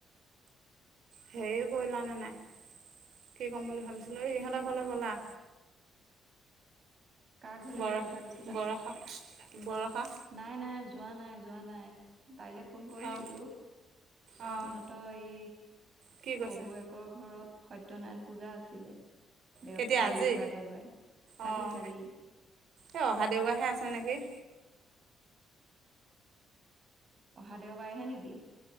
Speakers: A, on the right (about 70°); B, on the right (about 45°).
A: হেৰি কৰিলা নে নাই? কি ক'ম বুলি ভাবিছিলো, এই ইহঁতৰ ঘৰলৈ গ'লা?
B: কাৰ ঘৰলে
A: বৰ,
B: যোৱা কথা কৈছিলা?
A: বৰষা, বৰষা।
B: নাই, নাই, যোৱা নাই, যোৱা নাই। তাইলে ফোন কৰিছিলো,
A: অঁ অঁ
B: সিহঁতৰ এই
A: কি
B: শহুয়েক
A: কৈছে
B: আকৌ ঘৰত সত্যনাৰায়ণ পূজা আছিলে। দেও,
A: কেতিয়া
B: কালি
A: আজি
B: যোৱা দেওবাৰে, কালি-কালি।
A: অঁ এই অহা দেওবাৰেহে আছে নেকি!
B: অহা দেওবাৰে হে নেকি!